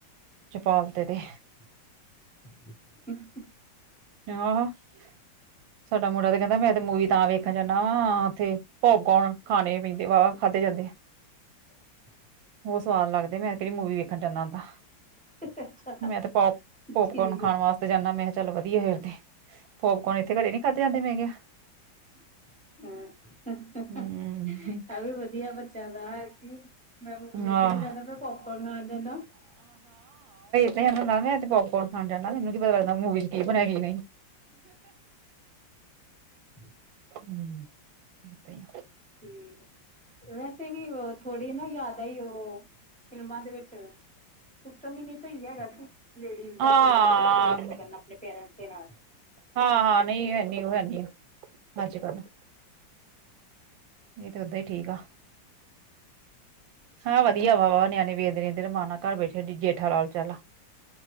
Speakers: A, on the right; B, in the centre.
A: ਚਪਾਲ ਤੇ-ਤੇ।
B: <inaudible>
A: <unintelligible> ਸਾਡਾ ਮੁੰਡਾ ਤਾਂ ਕੈਂਦਾ ਮੈਂ ਤੇ ਮੂਵੀ ਤਾਂ ਵੇਖਣ ਜਾਂਨਾ ਵਾਂ ਉੱਥੇ ਪੋਪਕੋਰਨ ਖਾਣੇ ਪੀਦੇ ਵਾਵਾ ਖਾਂਦੇ ਜਾਂਦੇ‌‌।
B: <inaudible>
A: ਓ ਸਵਾਦ ਲੱਗਦੇ ਮੈਂ ਕੇਰੀ ਮੂਵੀ ਵੇਖਣ ਜਾਂਦਾ ਹੁੰਦਾ।
B: ਅੱਛਾ
A: ਮੈਂ ਤੇ ਪੋਪ ਪੋਪਕੋਨ
B: ਠੀਕ
A: ਖਾਣ ਵਾਸ ਤੇ ਜਾਂਨਾ ਮੈਂਹਾ ਚੱਲ ਵਧੀਆ ਫੇਰ‌ ਤੇ ਪੋਪਕੋਨ ਇੱਥੇ ਘਰੇ ਨੀ ਖਾਦੇ ਜਾਂਦੇ ਮੈਂ ਕਿਆ
B: <unintelligible>
A: ਹਮ
B: ਆ ਵੀ ਵਧੀਆ ਬੱਚਿਆਂ ਦਾ ਮੈਂ ਮੂਵੀ
A: ਹਾਂ
B: ਵੇਖਣ‌ ਨੀਂ ਜਾਂਦਾ ਮੈ ਪੋਪਕੋਰਨ ਖਾਣ ਜਾਂਨਾ।
A: ਤੇ ਨਾ ਮੈਂ ਪੋਪਕੋਰਨ ਖਾਣ ਜਾਣਾ ਮੈਨੂੰ ਕੀ ਪਤਾ ਲੱਗਦਾ ਮੂਵੀ ਚ ਕੀ ਬਣਿਆ ਕੀ ਨਈ।
B: <inaudible>
A: ਹਮ ਏਦਾਂ ਹੀ
B: ਠੀਕ ਐ ਵੈਸੇ ਵੀ ਬੋ ਥੋੜੀ ਨਾ ਜਾਦਾ ਈ ਓ ਫਿਲਮਾਂ ਦੇ ਵਿੱਚ ਸਿਸਟਮ ਨੀ ਸਈ ਹੈਗਾ ਕੀ ਲੇਡੀਜ਼ ਜਾਂ
A: ਹਾਂ
B: ਕੁੜੀਆਂ ਕੱਲੀਆਂ ਵੇਖ ਸਕਨ ਆਪਨੇ ਪੇਰੈਂਟਸ ਦੇ ਨਾਲ
A: ਹਾਂ-ਹਾਂ ਨਈਂ ਹੈਨੀ ਓ ਹੈਨੀ ਅੱਜ-ਕੱਲ। ਏ ਤੇ ਓਦਾਂ ਈ ਠੀਕ ਆ। ਹਾਂ ਵਦੀਆ ਵਾ ਵਾ ਨਿਆਨੇ ਵੇਖਦੇ ਰੈਂਦੇ ਰਮਾਨਾ ਘਰ ਬੈਠੇ ਜੇਠਾ ਲਾਲ ਚੱਲ।